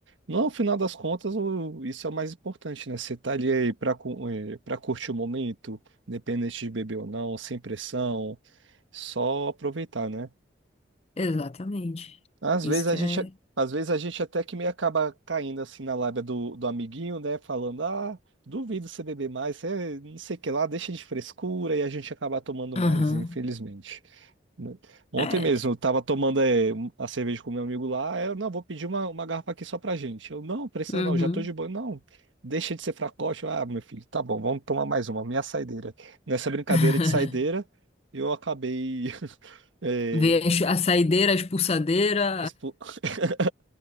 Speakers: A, on the right (about 85°); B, on the left (about 30°).
A: não, no final das contas, o- isso é o mais importante, né? Você tá ali aí pra, cu- eh, pra curtir o momento, independente de beber ou não, sem pressão, só aproveitar, né?
B: Exatamente.
A: Às
B: Isso
A: vezes a
B: que
A: gente,
B: é.
A: às vezes a gente até que meio acaba caindo assim na lábia do, do amiguinho, né? Falando, ah, duvido você beber mais, eh, não sei o que lá, deixa de frescura e a gente acaba tomando
B: Aham.
A: mais, infelizmente. né? Ontem
B: É.
A: mesmo, eu tava tomando eh, um- a cerveja com meu amigo lá. aí Eu, não, vou pedir uma, uma garrafa aqui só pra gente. Eu, não, precisa
B: Uhum.
A: não, já tô de boa. Não, deixa de ser fracote. Eu, Ah, meu filho, tá bom, vamos tomar mais uma, minha saideira. Nessa brincadeira
B: <laughs>
A: de saideira, eu acabei. <laughs> eh,
B: Ver as- a saideira, a expulsadeira,
A: expo- <laughs>